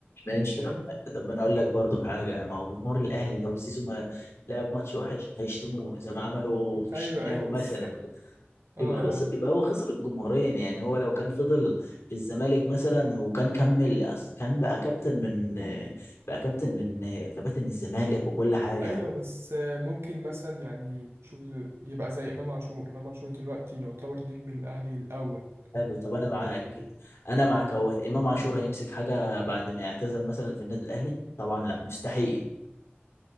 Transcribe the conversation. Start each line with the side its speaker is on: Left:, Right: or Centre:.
Left: ماشي
Right: فاهمني
Left: طب طب ما انا اقول لك برضو حاجه ما هو جمهور الاهلي لو زيزو ما لعب ماتش وحش هيشتموه زي ما عملوا في الشناوي
Right: ايوه ايوه
Left: مثلا
Right: بس اه
Left: يبقى
Right: اه
Left: خسر يبقى هو خسر الجمهورين يعني هو لو كان فضل في الزمالك مثلا وكان كمل أصل كان بقى كابتن من بقى كابتن من كباتن الزمالك وكل حاجه
Right: ايوه بس آه، ممكن مثلا يعني شوف يبقى زي امام عاشور امام عاشور دلوقتي يعتبر نجم الاهلي الاول
Left: حلو طب انا
Right: يعني
Left: معاك انا
Right: مم.
Left: معاك اهوت امام عاشور هيمسك حاجه بعد ما يعتزل مثلا في النادي الاهلي طبعا لا مستحيل